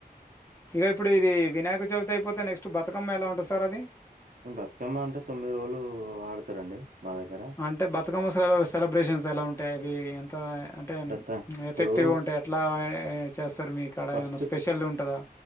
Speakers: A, on the left (about 15°); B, on the right (about 65°).
A: ఇగో ఇప్పుడు ఇది వినాయక చవితి అయిపోతే నెక్స్ట్ బతుకమ్మ ఎలా ఉంటాది సార్ అది.
B: బతుకమ్మ అంటే తొమ్మిది రోజులు ఆడతారండి మా దగ్గర.
A: అంటే బతుకమ్మ అసలు సెలబ్రేషన్స్ ఎలా ఉంటాయి అవి ఎంత అంటే
B: త ఇప్పుడు
A: ఎఫెక్టివ్గా ఉంటాయా. ఎట్లా యే చేస్తారు మీ కాడ
B: ఫస్ట్
A: ఏమైనా స్పెషల్ ఉంటాదా.